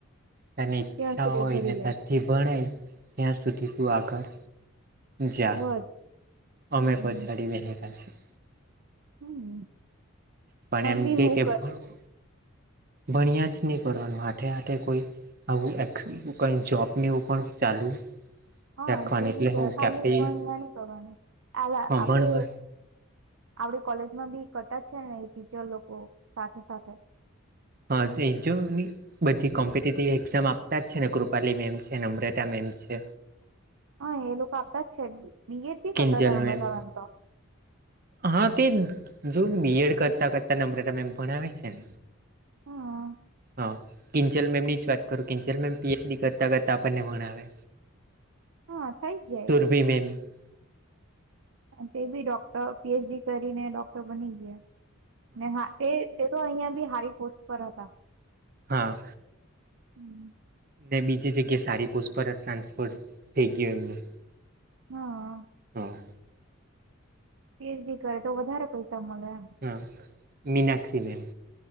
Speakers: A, on the right (about 40°); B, on the right (about 60°).
A: તને ઈચ્છા
B: ત્યાં સુધી
A: હોય
B: ભરી
A: ને
B: લે
A: તારથી ભણાય ત્યાં સુધી તું આગળ જા
B: વધ હમ
A: અમે પછાડી <unintelligible> છીએ
B: હમ
A: પણ એમ
B: બી
A: કે
B: હું
A: કે ભણો ભણ્યા જ નહીં કરવાનું હાથે હાથે કોઈ આવું એ <unintelligible> જોબને એવું પણ ચાલુ
B: હા
A: રાખવાની
B: તે ભી
A: એટલે
B: છે
A: હું
B: ખાલી
A: કે આપે હા
B: ભણ નઈ કરવાનું <unintelligible> આપે
A: ભણવા
B: આપણી કોલેજમાં ભી કરતાં જ છે ને એ ટીચર લોકો સાથે સાથે
A: હા તે જો બી બધી કોમ્પિટેટિવ એકઝામ આપતા જ છે ને કૃપાલી મેમ છે નમ્રતા મેમ છે
B: હા એ લોકો આપતા જ છે બીએડ બી
A: કિંજલ
B: કરતા હતામે
A: મેમ
B: ત એમ તો
A: હા તે જો બી એડ કરતા કરતા નમ્રતા મેમ ભણાવેજ છે
B: હા
A: હ કિંજલ મેમ ની જ વાત કરું કિંજલ મેમ પીએચડી કરતા કરતા આપણને ભણાવે
B: હા થઈ જાય
A: <unintelligible>
B: અને તે બી ડોક્ટર પીએચડી કરીને ડોક્ટર બની ગયા ને હા તે તે તો અહીંયા બી હારી પોસ્ટ પર હતા
A: હા
B: <inaudible>
A: ને બીજી જગ્યાએ સારી પોસ્ટ પર જ ટ્રાન્સફર થઈ ગયું એમનું
B: હા
A: હમ
B: પીએચડી કરે તો વધારે પૈસા મળે એમ
A: હમ મીનાક્ષીમેમ